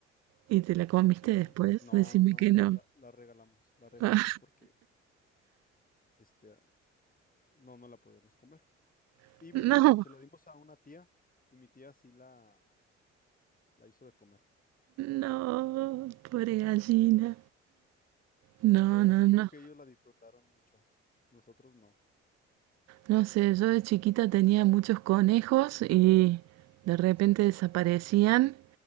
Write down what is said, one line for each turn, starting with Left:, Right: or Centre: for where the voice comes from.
Right: ¿Y te la comiste
Left: Y
Right: después?
Left: no,
Right: Decime
Left: no, no,
Right: que
Left: la,
Right: no.
Left: la, la regalamos. La regalamos
Right: Ah,
Left: porque este, no, no la podíamos comer.
Right: <laughs>
Left: Y mi-
Right: no,
Left: se la dimos a una tía y mi tía sí la, la hizo de comer.
Right: no, pobre gallina. No,
Left: Eh,
Right: no,
Left: pues yo
Right: no.
Left: creo que ellos la disfrutaron mucho. Nosotros no.
Right: No sé, yo de chiquita tenía muchos conejos y de repente desaparecían